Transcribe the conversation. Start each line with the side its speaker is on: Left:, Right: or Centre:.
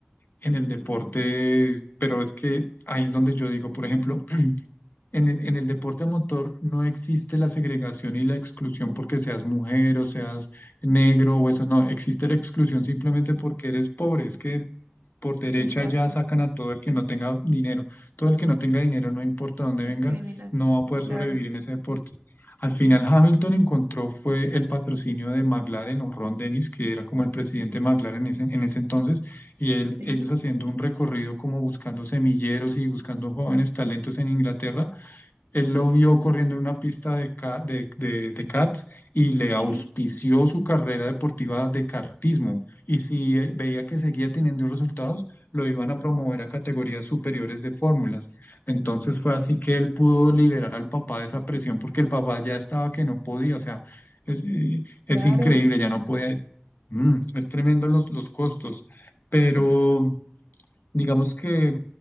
Left: en el deporte. Pero es que ahí es donde yo digo, por ejemplo, en el, en el deporte a motor no existe la segregación y la exclusión porque seas mujer o seas negro o eso, no, existe la exclusión simplemente porque eres pobre, es que por derecha
Right: exacto.
Left: ya sacan a todo el que no tenga dinero, todo el que no tenga dinero, no importa dónde
Right: discriminar.
Left: venga, no va a poder
Right: Claro,
Left: sobrevivir en ese deporte. Al final Hamilton encontró fue el patrocinio de McLaren o Ron Dennis, que era como el presidente de McLaren en ese, en ese entonces, y él,
Right: sí,
Left: ellos haciendo un recorrido como buscando semilleros y buscando jóvenes talentos en Inglaterra él lo vio corriendo en una pista de, ca- de, de, de karts y le
Right: sí,
Left: auspició su carrera deportiva de kartismo. Y si eh, veía que seguía teniendo resultados, lo iban a promover a categorías superiores de fórmulas. Entonces fue
Right: uf,
Left: así que él pudo liberar al papá de esa presión porque el papá ya estaba que no podía. O sea, es, eh,
Right: claro,
Left: es increíble, ya no podía. Mm, es tremendo los, los costos, pero...
Right: uf,
Left: Digamos que,